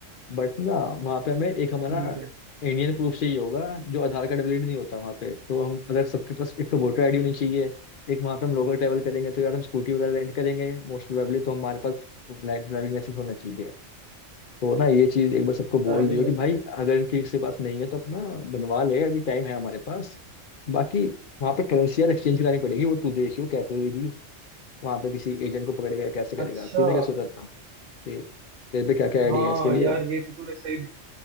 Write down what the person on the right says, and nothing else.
ठीक है
Driving
license
अच्छा
हाँ
यार ये तो तूने सही